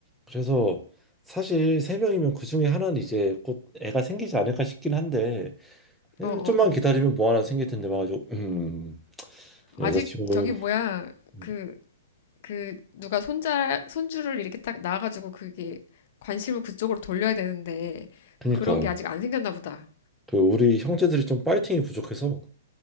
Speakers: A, in the centre; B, on the left.
A: 그래서 사실 세 명이면 그 중에 하나는 이제 곧 애가 생기지 않을까 싶긴 한데 음,
B: 어, 어,
A: 좀만
B: 어.
A: 기다리면 뭐 하나 생길 텐데 막 가지고 음.
B: 아직
A: 여자친구
B: 저기 뭐야
A: 그
B: 그 그 누가 손자 손주를 이렇게 딱 낳아가지고 그게 관심을 그쪽으로 돌려야 되는데
A: 그니까
B: 그런 게 아직 안 생겼나 보다.
A: 그 우리 형제들이 좀 파이팅이 부족해서